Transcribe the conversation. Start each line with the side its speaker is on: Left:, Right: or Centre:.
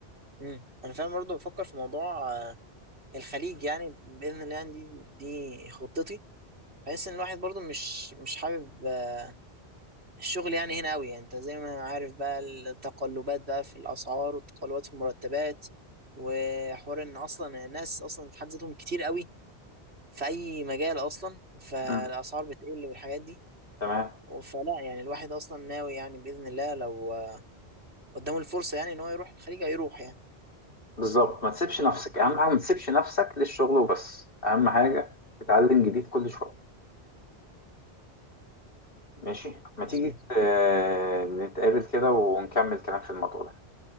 Right: امم انا فعلا برضه بفكر في موضوع آه، الخليج يعني باذن الله يعني دي دي خطتي بحيث ان الواحد برضه مش مش حابب آه، الشغل يعني هنا قوي يعني انت زي ما عارف بقى التقلبات بقى في الاسعار والتقلبات في المرتبات وحوار ان اصلا الناس اصلا في حد ذاتهم كتير قوي في اي مجال اصلا فالاسعار
Left: مم.
Right: بتقل والحاجات دي
Left: تمام
Right: فلا يعني الواحد اصلا ناوي يعني باذن الله لو آه، قدامه الفرصه يعني ان هو يروح الخليج هيروح يعني
Left: بالظبط ما تسيبش نفسك أهم حاجة ما تسيبش نفسك للشغل وبس أهم حاجة تتعلم جديد كل شوية ماشي ما
Right: مظبوط
Left: تيجي آه، نتقابل كده ونكمل كلام في الموضوع ده